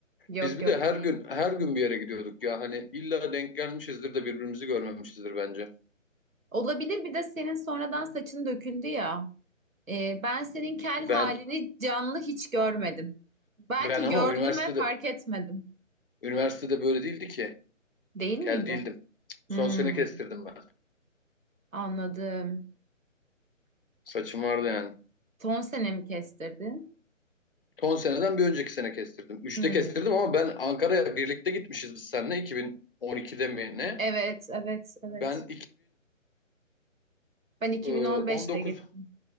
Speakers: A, on the right (about 85°); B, on the left (about 45°).
A: Yok
B: Biz bir
A: yok
B: de her
A: değil.
B: gün her gün bir yere gidiyorduk ya. Hani illa denk gelmişizdir de birbirimizi görmemişizdir bence.
A: Olabilir bir de senin sonradan saçın döküldü ya. Ee, ben senin kel
B: Ben
A: halini canlı hiç görmedim. Belki
B: ben ama
A: gördüm
B: üniversitede
A: ve fark etmedim.
B: üniversitede böyle değildi ki.
A: Değil miydi?
B: Kel değildim.
A: Hmm,
B: Son sene kestirdim ben.
A: anladım.
B: Saçım vardı yani.
A: Son sene mi kestirdin?
B: Son seneden bir önceki sene kestirdim. Üçte
A: Hmm,
B: kestirdim ama ben Ankara'ya birlikte gitmişiz biz seninle 2012'de mi ne?
A: evet, evet, evet.
B: Ben
A: Ben 2015'te
B: 2019
A: gittim.